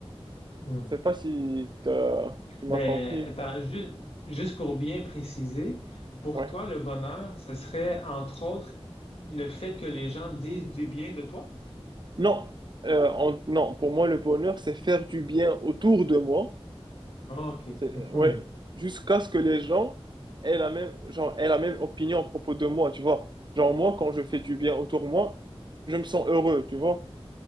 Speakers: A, on the left; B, on the right.
A: oui.
B: je sais pas si t'as- tu m'as
A: Mais
B: compris
A: attends, ju- juste pour bien préciser, pour
B: ouais
A: toi, le bonheur, ce serait entre autres le fait que les gens disent du bien de toi?
B: non euh, en- non pour moi le bonheur c'est faire du bien autour de moi
A: Ah, OK.
B: C'est-
A: Mhm.
B: ouais jusqu'à ce que les gens aient la même genre aient la même opinion à propos de moi tu vois genre moi quand je fais du bien autour de moi je me sens heureux tu vois